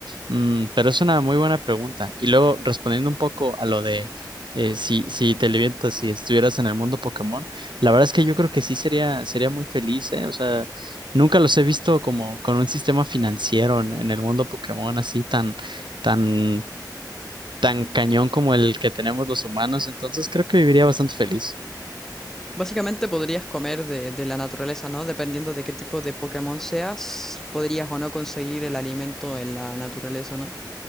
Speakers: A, on the right; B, in the centre.
A: Mm, pero es una muy buena pregunta. Y luego, respondiendo un poco a lo de eh, si, si te levantas, si estuvieras en el mundo Pokémon. La verdad es que yo creo que sí sería, sería muy feliz, ¿eh? O sea, nunca los he visto como con un sistema financiero en, en el mundo Pokémon así tan, tan, tan cañón como el que tenemos los humanos. Entonces creo que viviría bastante feliz.
B: Básicamente podrías comer de, de la naturaleza, ¿no? Dependiendo de qué tipo de Pokémon seas, podrías o no conseguir el alimento en la naturaleza, ¿no?